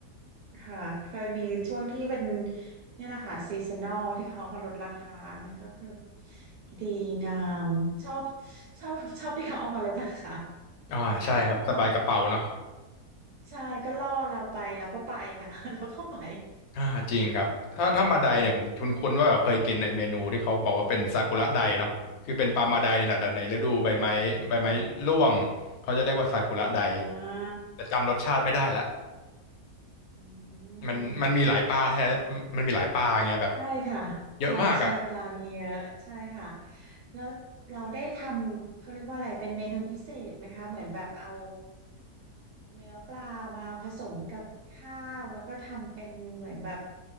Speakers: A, on the right; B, on the left.
A: ค่ะเคยมีช่วงที่เป็นเนี่ยแหละค่ะซีซันนอลที่เขามาลดราคานั่นก็คือดีงามชอบชอบชอบที่เขาเอามาลดราคา
B: อ่าใช่ครับสบายกระเป๋าเนาะ
A: <laughs> ก็ใช่ก็ล่อเราไปเราก็ไปค่ะ <laughs> เราก็ไป
B: อ่าจริงครับถ้าถ้ามาไดเนี่ยผมคุ้นๆว่าแบบเคยกินไอเมนูที่เขาบอกว่าเป็นซากุระไดเนาะคือเป็นปลามาไดในหละแต่ในฤดูใบไม้ใบไม้ร่วง
A: อืมค่ะ
B: เขาจะเรียกว่าซากุระได
A: อ่า
B: แต่จำรสชาติไม่ได้ละ
A: อื
B: มันมันมีหลายปลาแท้มันมันมีหลายปลาไงแบบ
A: ม ใช่ค่ะใช่ใช่ปลามีเยอะใช่ค่ะ
B: เยอะมากอ่ะ
A: แล้วเราได้ทำเขาเรียกว่าอะไรเป็นเมนูพิเศษไหมคะเหมือนแบบเอาเนื้อปลามาผสมกับข้าวแล้วก็ทำเป็นเหมือนแบบ